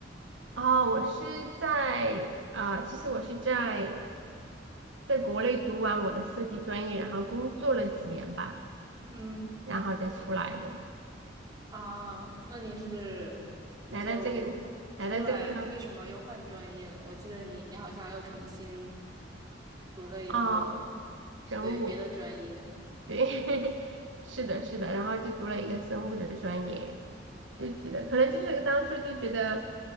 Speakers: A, on the right; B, on the right.
A: 啊、我是在啊、呃其实我是在在国内读完我的设计专业，然后工作了几年吧，
B: 嗯
A: 然后再出来的，
B: 啊，那你是
A: 来到这个来到这个地方
B: 就出来，为什么又换专业了？我记得你，你好像又重新读了一个，
A: 啊、生物，
B: 对，别的专业。
A: 对，<laughs> 是的，是的，然后就读了一个生物的专业。就觉得可能就是当初就觉得